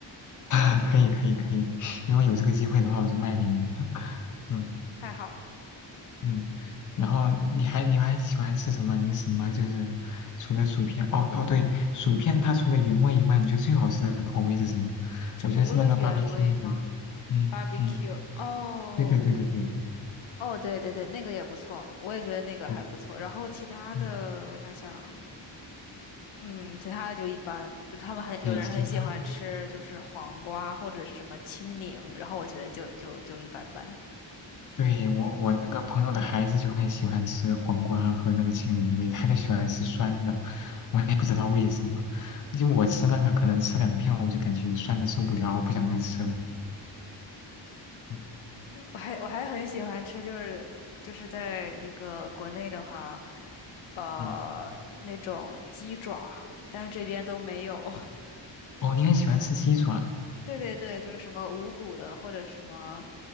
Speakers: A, on the left; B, on the left.
A: <laughs> 可以，可以，可以。如果有这个机会的话，我就卖给你。<laughs> 嗯。
B: <laughs> 太好了。
A: 嗯，然后你还你还喜欢吃什么零食吗？就是除了薯片，哦哦对，薯片它除了原味以外，你觉得最好吃的口味是什么？
B: 除了原味吗
A: 我觉得是那个 BBQ 的。嗯嗯，
B: ？Barbecue 哦，
A: 对对对对对
B: 哦，对对对，那个也不错，我也觉得那个还不错。
A: 对，
B: 然后其他的，
A: 嗯
B: 我想想。嗯，其他的就一般，就他们很有人很喜欢吃，
A: 对，其他
B: 就是黄瓜或者是什么青柠，然后我觉得就就就一般般。
A: 对我我那个朋友的孩子就很喜欢吃黄瓜和那个青柠味，他就喜欢吃酸的，我也不知道为什么，就我吃那个可能吃两片我就感觉酸的受不了，我不想再吃了。嗯
B: 我还我还很喜欢吃，就是就是在那个国内的话，呃，
A: 嗯，
B: 那种鸡爪，但是这边都没有。
A: 哦，你很喜欢吃鸡爪，
B: <laughs> 对对对，就是什么无骨的或者是什么